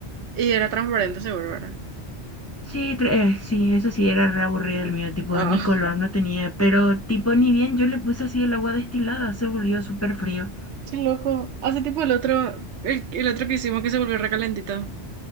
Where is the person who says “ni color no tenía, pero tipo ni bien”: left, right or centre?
Left